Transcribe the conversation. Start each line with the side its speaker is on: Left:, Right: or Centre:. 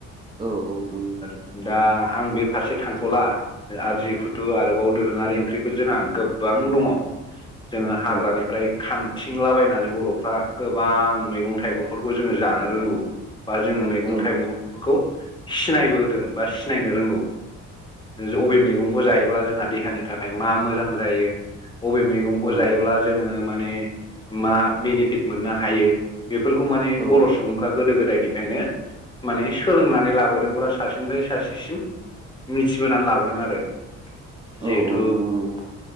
Right: औ औ नंगौ
Left: दा आं बे फारसे थांथ'ला आरजि कुथु आरोबाव दोरोङारि ओंख्रिफोर जोंहा गोबां दङ जोङो हाग्रानिफ्राय
Right: औ
Left: खांथिंलाबायनानै बर'फ्रा गोबां मैगं थाइगं <unintelligible> जोङो जानो रोंगौ बा जोङो मैगं
Right: औ
Left: थाइगं <unintelligible> खौ सिनायबोदों बा सिनायनो रोंगौ। अबे मैगंखौ जायोब्ला जोंहा देहानि थाखाय मा मोजां जायो अबे मैगंखौ
Right: औ
Left: जायोब्ला जोङो माने मा बेनिफिट मोननो हायो बेफोरखौ माने
Right: औ
Left: बर' सुबुंफ्रा गोदो गोदायनिफ्रायनो माने सोलोंनानै लाबोदोंब्रा सासेनिफ्राय सासेसिम मिथिबोनानै लाबोदों आरो
Right: औ
Left: जिहेथु
Right: नंगौ नंगौ